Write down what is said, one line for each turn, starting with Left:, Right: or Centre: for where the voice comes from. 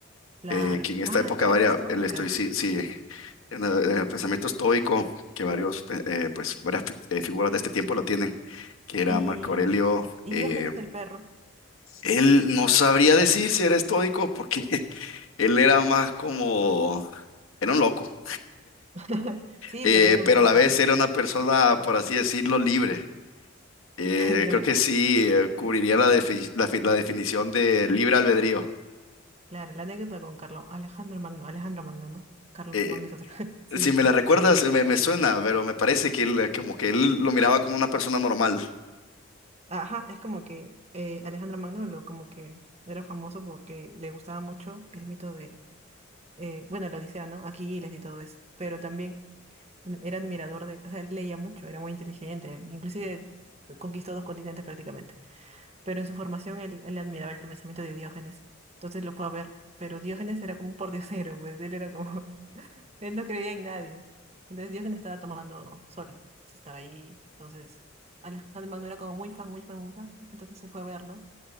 Right: Claro.
Left: eh, que en esta
Right: Ah,
Left: época
Right: es corriente
Left: varia
Right: estoica.
Left: el estoicismo, sí, en el, el pensamiento estoico, que varios, pe- eh, pues, varias fi- eh, figuras de este tiempo lo tienen, que era
Right: Y,
Left: Marco Aurelio.
Right: y
Left: eh,
Right: Diógenes el perro.
Left: Él no sabría decir si era estoico porque <laughs> él era más como, era un loco,
Right: <laughs> Sí,
Left: eh,
Right: pero era un
Left: pero
Right: loco
Left: a la
Right: sabio.
Left: vez era una persona, por así decirlo, libre. Eh,
Right: <laughs> ¿De
Left: creo
Right: acuerdo?
Left: que sí, eh, cubriría la, defi- la, fi- la definición de libre albedrío.
Right: Claro, la anécdota con Carlos, Alejandro Magno, Alejandro Magno, ¿no? Carlos
Left: Eh,
Right: Magno es otro. <laughs> Sí,
Left: si me
Right: sí,
Left: la
Right: sí.
Left: recuerdas, eh, me, me suena, pero me parece que él, eh, como que él lo miraba como una persona normal.
Right: Ajá, es como que eh, Alejandro Magno lo- como que era famoso porque le gustaba mucho el mito de eh, bueno, la Odisea, ¿no? Aquiles y todo eso, pero también mm, era admirador de, o sea, él leía mucho, era muy inteligente, inclusive conquistó dos continentes prácticamente, pero en su formación él, él admiraba el pensamiento de Diógenes, entonces lo fue a ver, pero Diógenes era como un pordiosero, <laughs> pues él era como, <laughs> él no creía en nadie, entonces Diógenes estaba tomando sol, entonces estaba ahí, entonces Alejandro Magno era como muy fan, muy fan, muy fan, entonces se fue a verlo